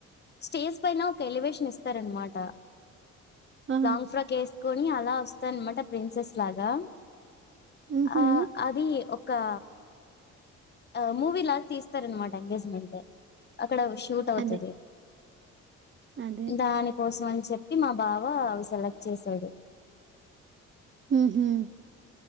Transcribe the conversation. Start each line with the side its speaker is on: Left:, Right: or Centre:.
Left: స్టేజ్ పైైన ఒక ఎలివేషన్ ఇస్తారనమాట
Right: ఆ!
Left: లాంగ్ ఫ్రాక్ వేసుకొని అ లా వస్తాన్న మాట ప్రిన్సెస్ లాగా
Right: హుహు.
Left: ఆ అది ఒక కా ఆ మూవీ లాగా తీస్తారనమాట ఎంగేజ్మెంట్ అక్కడ షూట్ అవుతది
Right: అదే. అదే.
Left: దానికోసం అని చెప్ కి మా బావ అవి సెలెక్ట్ చేసాడు
Right: ఉహు